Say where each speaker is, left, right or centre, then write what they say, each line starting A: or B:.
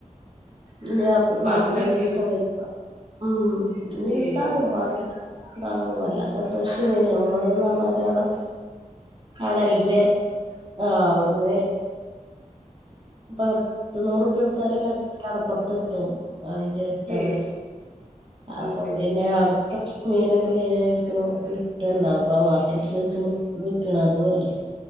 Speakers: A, on the right; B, on the right.
A: ഇനി നാല്പ്പത്തഞ്ചു
B: പറഞ്ഞ് കേട്ടീന്ന്
A: ദിവസം കഴിഞ്ഞു ഉം ഇനി
B: ഏയ്
A: ഉണ്ടാവും മാർക്കറ്റ് ഉണ്ടാവുമല്ലാ അതെ ഫ്രഷ് മീൻ നമ്മള്ന്ന് പറഞ്ഞാല് അവിടെ കടലിന്റെ ആ അവിടുന്ന് പത്ത് നൂറുപ്പിയ എടുത്താല് കടപ്പുറത്ത് എത്തും. ആ ഇന്റെ അടുത്താണ്
B: ഏയ് അത്
A: അപ്പൊ
B: ശരി
A: പിന്നെ അടുത്ത മീനൊക്കെ ആയിരിക്കും കിട്ടണ്ടാവ്ക മാർക്കറ്റിൽ <unintelligible> നിക്കണം അതുവല്ല